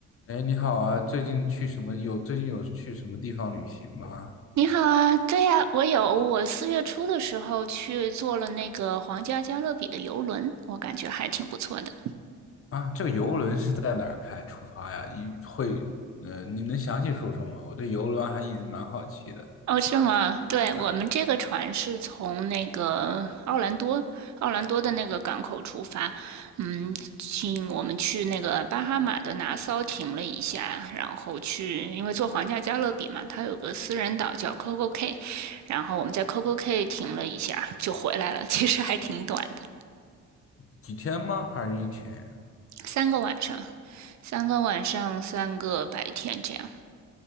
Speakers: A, on the left; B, on the right.
A: 哎，你好啊！最近去什么有？最近有去什么地方旅行吗？
B: 你好啊，对呀，我有，我四月初的时候去坐了那个皇家加勒比的游轮，我感觉还挺不错的。
A: 啊，这个游轮是在哪儿开出发呀？一会，呃，你能详细说说吗？我对游轮还一直蛮好奇的。
B: 哦，是吗？对，
A: 对啊，
B: 我们这个船是从那个奥兰多，奥兰多的那个港口出发，嗯，进我们去那个巴哈马的拿骚停了一下，然后去，因为坐皇家加勒比嘛，它有个私人岛叫 Coco Cay，然后我们在 Coco Cay 停了一下就回来了，其实还挺短的，
A: 几天吗？还是一天呀？
B: 三个晚上。三个晚上，三个白天这样。